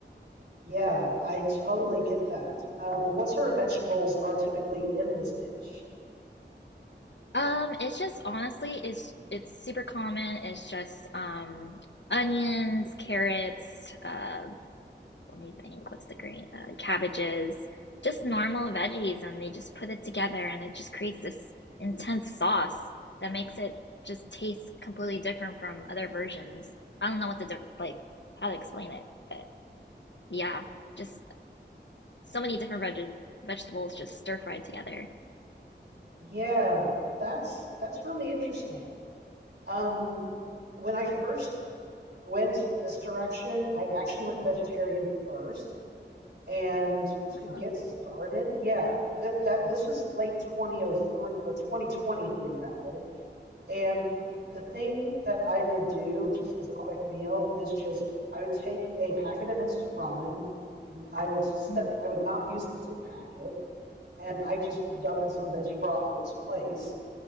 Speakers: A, on the right (about 70°); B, on the left (about 75°).
A: Yeah, I totally get that. Um, what sort of vegetables are typically in this dish?
B: Um, it's just honestly, it's it's super common. It's just um onions, carrots, uh let me think, what's the green? Uh, cabbages, just normal veggies, and they just put it together and it just creates this intense sauce that makes it just taste completely different from other versions. I don't know what the diff like how to explain it, but yeah, just so many different veg vegetables just stir fried together.
A: Yeah, that's that's really interesting. Um, when I first went this direction, I actually went vegetarian first. And
B: Oh.
A: to get started, yeah, that that this was late 2003 or 2023 rather. And the thing that I would do just as a quick meal is just I would take a packet of instant ramen. I would step,
B: Mm.
A: I would not use the soup packet, and I just dump in some veggie broth in its place